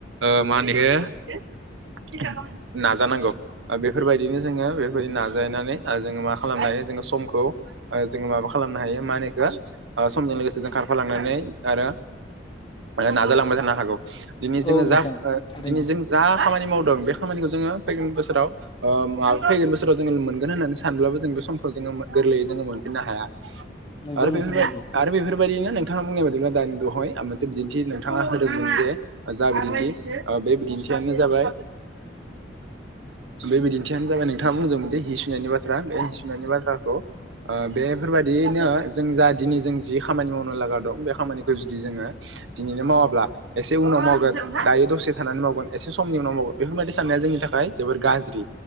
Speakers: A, on the right; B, on the left.
A: ओ मा होनो इखो नाजानांगौ ओ बेफोरबायदिनो जोङो बे बेफोरबायदि नाजानानै ओ जोङो मा खालामनो हायो जोङो समखौ ओ जोङो माबा खालामनो हायो मा होनो इखो ओ समजों लोगोसे जों खारफालांनानै आरो नाजालांबाय थानो हागौ दिनै जोङो
B: औ नोंथां
A: जा ओ
B: थारैनो
A: दिनै जों जा खामानि मावदों बे खामानिखौ जोङो फैगोन बोसोराव ओ <unintelligible> फैगोन बोस राव जोङो मोनगोन होननानै सानब्लाबो जों बे समखौ जोङो गोरलैयै जोङो मोनफिननो हाया
B: नंगौ
A: आरो
B: नोंथां
A: बेफोर बाय
B: नंगौ
A: आरो बेफोर फोरबायदिनो नोंथाङा बुंनाय बायदिब्ला दानि दहाय मोनसे बिदिन्थि नोंथाङा होदोंमोन जे जा बिदिन्थि ओ बे बिदिन्थियानो जाबाय बे बिदिन्थियानो जाबाय नोंथाङा बुंदोंमोनजे हि सुनायनि बाथ्रा बे हि सुनायनि बाथ्राखौ ओ बेफोरबायदियैनो जों जा दिनै जों जि खामानि मावनो लागा दं बे खामानिखौ जुदि जोङो दिनैनो मावाब्ला एसे उनाव मावगोन, दायो दसे थानानै मावगोन, एसे समनि उनाव मावगोन, बेफोरबायदि साननाया जोंनि थाखाय जोबोर गाज्रि।